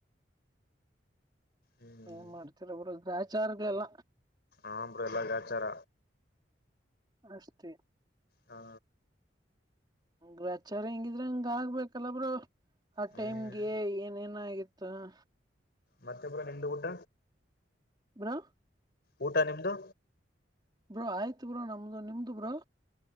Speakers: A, on the left; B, on the right.
A: ಹ್ಮ್
B: ಏನ್ ಮಾಡ್ತರರ ಗ್ರ ಆಚಾರಗೆಲ್ಲ
A: ಆಂಬ್ರ ಎಲ್ಲ ಗಾಚಾರ
B: ಅಷ್ಟೇ
A: ಹಾ
B: ವ್ಯಾಚಾರ ಹೆಂಗಿದ್ರ ಹಂಗ ಆಗ್ಬೇಕಲ್ಲಬ್ರ ಆ
A: ಹ್ಮ್
B: ಟೈಮ್ಗೆ ಏನೇನ್ ಆಗ ಹ
A: ಮತ್ತೆಬರ ನಿಮ್ದ ಊಟ
B: ಹ್ರ
A: ಊಟ ನಿಮ್ದು
B: ಬ್ರೋ ಆಯ್ತು ಬ್ರೋ ನಮ್ದು ನಿಮ್ದು ಬ್ರೋ